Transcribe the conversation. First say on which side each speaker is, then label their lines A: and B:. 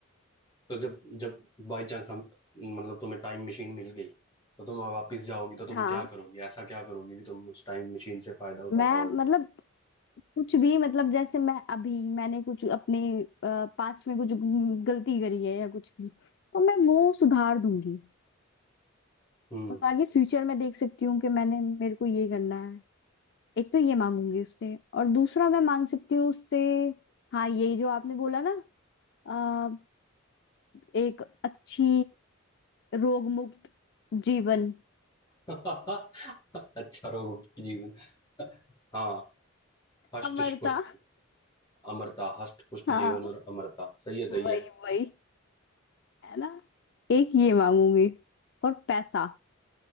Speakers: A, on the left; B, on the left.
A: तो जब जब बाई चांस हम मतलब तुम्हें टाइम मशीन मिल गई तो तुम वापस जाओगी तो तुम
B: हाँ
A: क्या करोगी ऐसा क्या करोगी कि तुम उस टाइम मशीन से फायदा उठा
B: मैं
A: पाओगी
B: मतलब कुछ भी मतलब जैसे मैं अभी मैंने कुछ अपने पास्ट में कुछ ग- गलती करी है या कुछ भी तो मैं वो सुधार दूंगी
A: हम्म
B: और आगे फ्यूचर में देख सकती हूँ कि मैंने मेरे को ये करना है एक तो ये मांगूंगी उससे और दूसरा मैं मांग सकती हूँ उससे हाँ यही जो आपने बोला ना आ, एक अच्छी रोग मुक्त जीवन
A: <laughs> अच्छा रहोगे जीवन हाँ हष्ट
B: अमरता
A: पुष्ट अमरता हष्ट पुष्ट
B: हाँ
A: जीवन और अमरता सही है सही
B: वही
A: है
B: वही है ना एक ये मांगूंगी और पैसा